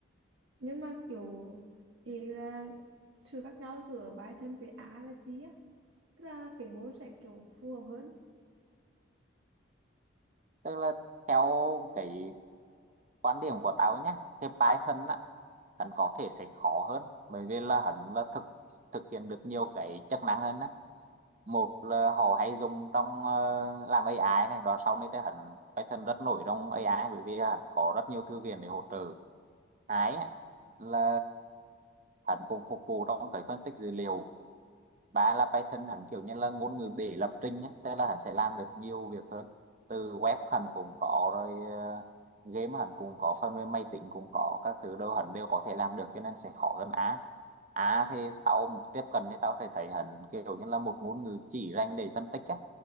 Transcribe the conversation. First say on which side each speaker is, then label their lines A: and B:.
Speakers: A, on the right; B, on the right.
A: nhưng mà kiểu ý là sự khác nhau giữa bài thân với á là chi á tức là cái môn sẽ kiểu phù hợp hơn
B: tức là theo cái quan điểm của tao nhé thì Python á hắn có thể sẽ khó hơn bởi vì là hắn là thực thực hiện được nhiều cái chức năng hơn á một là họ hay dùng trong ờ, làm AI này đó sau này thì hắn Python rất nổi trong AI bởi vì hắn có rất nhiều thư viện để hỗ trợ cái á, là hắn cũng phục vụ trong cái phân tích dữ liệu ba là Python hẳn kiểu như là ngôn ngữ để lập trình nhé tức là hẳn sẽ làm được nhiều việc hơn từ web hẳn cũng có rồi ờ, game hẳn cũng có phần mềm máy tính cũng có các thứ đâu hẳn đều có thể làm được cho nên sẽ khó hơn A A thì tao tiếp cận thì tao sẽ thấy hẳn kiểu như là một ngôn ngữ chỉ dành để phân tích á